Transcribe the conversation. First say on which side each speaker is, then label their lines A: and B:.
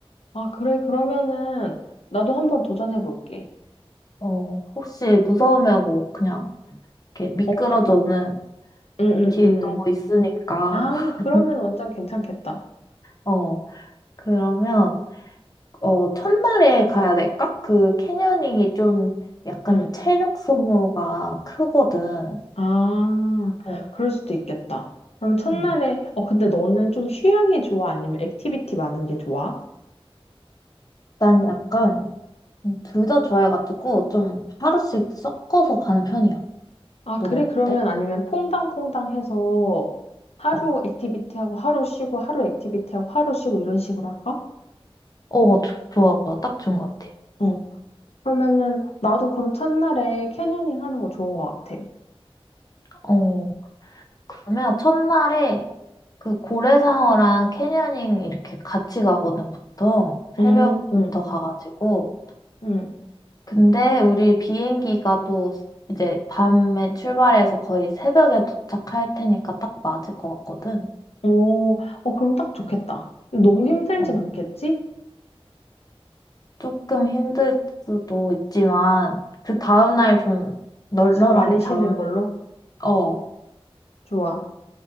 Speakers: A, on the left (about 85°); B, on the left (about 40°).
A: 아, 그래. 그러면은 나도 한번 도전해 볼게.
B: 어, 혹시 무서우면 뭐 그냥 이렇게 미끄러져
A: 어, 가-
B: 오는
A: 응, 응,
B: 길도
A: 응.
B: 있으니까.
A: 아,
B: <laughs>
A: 그러면 완전 괜찮겠다.
B: 어, 그러면 어, 첫날에 가야 될까? 그 캐녀닝이 좀 약간
A: 응.
B: 체력 소모가 크거든.
A: 아,
B: 어,
A: 그럴 수도 있겠다. 그럼 첫날에
B: 음.
A: 어, 근데 너는 좀 휴양이 좋아? 아니면 액티비티 많은 게 좋아?
B: 일단 약간 음, 둘다 좋아해가지고 좀 하루씩 섞어서 가는 편이야.
A: 아,
B: 넌
A: 그래?
B: 어때?
A: 그러면 아니면 퐁당퐁당 해서 하루
B: 어,
A: 액티비티하고 하루 쉬고 하루 액티비티하고 하루 쉬고 이런 식으로 할까?
B: 어, 좋아. 딱 좋은 것 같아.
A: 어. 그러면은 나도 그럼 첫날에 캐녀닝 하는 거 좋은 것 같아.
B: 어, 그러면 첫날에 그 고래상어랑 캐녀닝 이렇게 같이 가거든, 보통.
A: 음,
B: 새벽부터
A: 음,
B: 가가지고.
A: 음.
B: 근데 우리 비행기가 또 이제 밤에 출발해서 거의 새벽에 도착할 테니까 딱 맞을 것 같거든.
A: 오, 어, 그럼 딱 좋겠다.
B: 어,
A: 너무 힘들진
B: 어.
A: 않겠지?
B: 조금 힘들 수도 있지만, 그 다음날 좀 널널하게
A: 쉬- 많이
B: 잡으면,
A: 쉬는 걸로?
B: 어, 어,
A: 좋아.